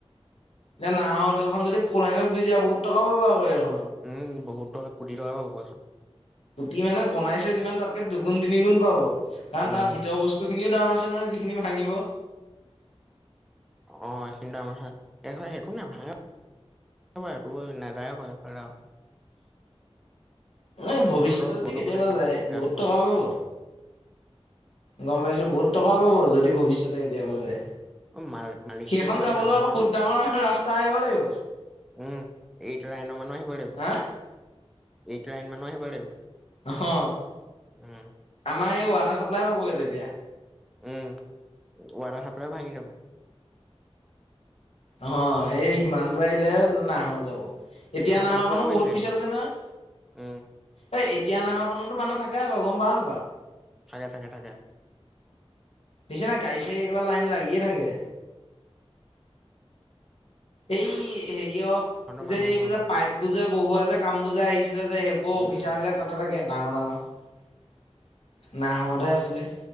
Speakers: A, on the left; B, in the centre.
A: এতিয়া নাহৰ হোটেলখন যদি ফলাইনত গুচি যায় বহুত টকা পাব আক।
B: উম বহুত টকা কোটি টকা পাব।
A: কুটি মানে বনাইছে যিমান তাতকে দুগুণ তিনি গুণ পাব কাৰণ
B: উম,
A: তাৰ ভিতৰৰ বস্তু। খিনিও দাম আছে নহয়। যিখিনি ভাঙিব
B: অ এইখিনি দাম আছে এ একো নাই ভাঙা একো বুলি নাযায় ক সৈইফালে আও
A: এ
B: বহু
A: ভৱিষ্যতে
B: অলপ
A: যদি
B: গুৰতো
A: কেতিয়াবা
B: বনাই খাই লওঁ
A: যায় বহুত
B: ৰাস ৰাস।
A: টকা পাব গম পাইছো বহুত টকা পাব যদি ভৱিষ্যতে কেতিয়াবা যায়।
B: মাল-মালিকটো
A: সেইখন
B: ইমান
A: যাবলৈ
B: ডাঙৰ
A: আকৌ
B: মানুহ।
A: বহুত ডাঙৰ ৰাস্তা আহিব লাগিব।
B: উম এইট লাইনৰ মানৰ আহিব লাগিব
A: হা
B: এইটো লাইন মানৰ আহিব লাগিব।
A: অ
B: উম।
A: আমাৰ এই ৱাটাৰ চাপ্লাই পাবগৈ তেতিয়া।
B: উম ৱাটাৰ চাপ্লাই ভাঙি যাব।
A: অ এই সিমান। আহিলে নাহৰ যাব এতিয়া
B: আমাৰ
A: নাহৰখনো
B: ঢলপুৰ একোৱে
A: বহুত
B: নাথাকিব।
A: পিছত আছে নহয়।
B: উম,
A: এ এতিয়া নাহৰখনতো মানুহ থাকে আকৌ গম পাৱ নাপাঅ।
B: থাকে থাকে থাকে।
A: দেখিছা নাই গাড়ী চাৰি একেবাৰে লাইন লাগিয়ে থাকে। এই হেৰিয়
B: তহঁতৰ মানুহ
A: যে এবোজে
B: হয় বাৰু।
A: পাইপ বোজে বহুৱা যে কাম বুজে আহিছিলে। সেইবোৰ
B: উম,
A: অফিচাৰ বিলাক তাতে থাকে ডাঙৰ ডাঙৰ নাহৰতহে আছিলে।